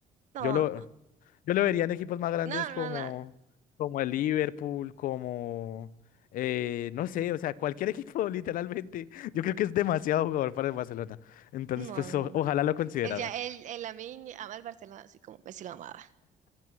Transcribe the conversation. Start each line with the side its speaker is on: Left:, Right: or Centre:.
Right: No,
Left: Yo lo, yo lo vería en equipos más grandes
Right: no,
Left: como,
Right: no, no,
Left: como el Liverpool, como, eh, no sé, o sea, cualquier equipo <laughs> literalmente. Yo creo que es demasiado jugador para el Barcelona. Entonces,
Right: no,
Left: pues,
Right: no.
Left: o-
Right: él
Left: ojalá lo considerara
Right: El, ya, él el Lamine ama el Barcelona así como que sí lo amaba.